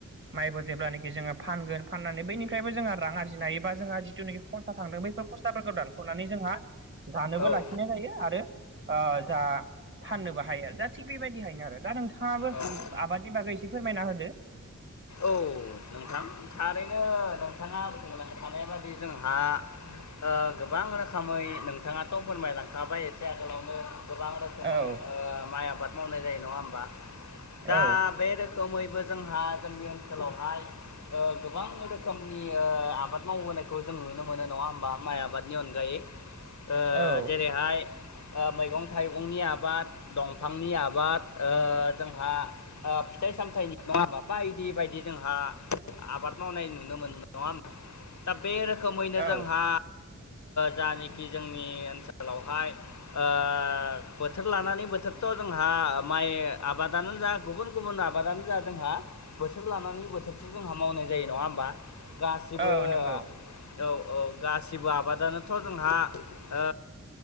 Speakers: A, on the right; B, on the left.
A: माइखौ जेब्लानो खि जोङो फानगोन फाननानै बैनिफ्रायबो जोङो रां आरजिनो हायो बा जोंहा जिथुनाखि खरसा थांदों बैफोर खस्थाफोरखौ दानख'नानै जोंहा जानोबो
B: औ
A: लाखिनाय जायो आरो ओ जा फाननोबो हायो आरो दा थिग बेबायदिहायनो आरो दा नोंथाङाबो
B: औ औ
A: आबादनि बागै एसे फोरमायना होदो।
B: औ नोंथां। थारैनो नोंथाङा बुंलांखानाय बादि जोंहा ओ गोबां रोखोमै नोंथाङाथ' फोरमायलांखाबाय एसे आगोलावनो। गोबां रोखोमै
A: औ
B: ओ माइ आबाद मावनाय जायो नङा ओमबा? दा
A: औ
B: बे रोख खमैबो जोंहा जोंनि ओनसोलावहाय ओ गोबां रोखोमनि ओ आबाद मावबोनायखौ जों नुनो मोनो नङा होमबा माइ आबादनि अनगायै। ओ
A: औ
B: जेरैहाय ओ मैगं थाइगंनि आबाद दंफांनि आब बाद ओ जोंहा ओ फिथाइ सामथायाइनि नङाबा बायदि बायदि जोंहा आबाद मावनाय नुनो मोनो नङा होनबा दा बे रोखोमैनो
A: औ
B: जोंहा जानिखि जोंनि ओनसोलावहाय ओ बोथोर लानानै बोथोरथ' जोंहा माइ आबादानो जा गुबुन गुबुन आबादानो जा जोंहा बोथोर लानानै बोथोर जोंहा मावनाय जायो नङा होमबा गासिबो
A: औ नंगौ
B: औ औ गासिबो आबादानोथ' जोंहा ओ